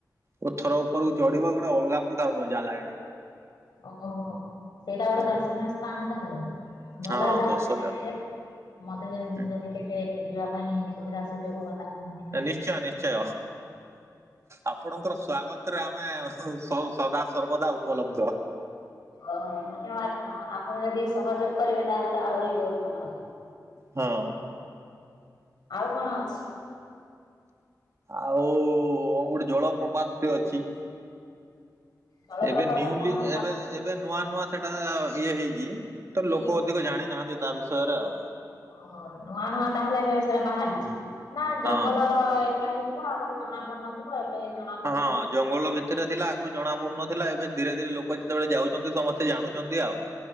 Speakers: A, on the right; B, on the left.
A: ପଥର ଉପରକୁ ଚଢିବ ଗୋଟେ ଅଲଗା ପ୍ରକାର ମଜା ଲାଗେ
B: ଓହୋ ସେଇଟା ଗୋଟେ
A: ହୁଁ,
B: ଦର୍ଶନୀୟ ସ୍ଥାନ ତାହେଲେ ଭଲ
A: ହଁ
B: ହେଲା
A: ଦର୍ଶନୀୟ
B: କି ମତେ ଯ
A: ହୁଁ।
B: ଯଦି କେବେ ଯିବା ପାଇଁ ସୁବିଧା ସୁଯୋଗ ହୁଅନ୍ତା
A: ନିଶ୍ଚୟ ନିଶ୍ଚୟ ଆପଣଙ୍କର ସ୍ଵାଗତ ରେ ଆମେ ଅସୁ ସଦା ସର୍ବଦା ଉପଲବ୍ଧ
B: ଓହୋ ଧନ୍ୟବାଦ ଆଁ ଆପଣ ଯଦି ସହଯୋଗ କରିବେ ତାହେଲେ ତ ଆହୁରି ବହୁତ ଭଲ ହ
A: ହଁ
B: ଆଉ କଣ ଅଛି
A: ଆଉ ଗୋଟେ ଜଳପ୍ରପାତ ଟେ ଅଛି
B: ଜଳପ୍ରପାତ
A: ଏବେ ନ୍ୟୁଲି
B: କଣ ତା
A: ଏବେ ଏବେ ନୂଆ ନୂଆ ସେଟା ଆ ଇଏ ହେଇଛି ତ ଲୋକ ଅଧିକ ଜାଣିନାହାନ୍ତି ତା ବିଷୟରେ ଆଉ
B: ଓହୋ ନୂଆ ନୂଆ ତାହେଲେ ଏବେ ସେଟା ବାହାରିଛି
A: ହଁ।
B: ନା
A: ହଁ
B: ଜଙ୍ଗଲ ଲା ହେଇଥିବ ଆଗରୁ ଜଣା ପଡନଥିବ ଏବେ ଜଣା
A: ହଁ
B: ପଡିଥିବ
A: ଜଙ୍ଗଲ ଭି ଥିରେ ଥିଲା ଆଗରୁ ଜଣା ପଡୁନଥିଲା ଏବେ ଧୀରେ ଧୀରେ ଲୋକ ଯେତେବେଳେ ଯାଉଛନ୍ତି ସମସ୍ତେ ଜାଣୁଛନ୍ତି ଆଉ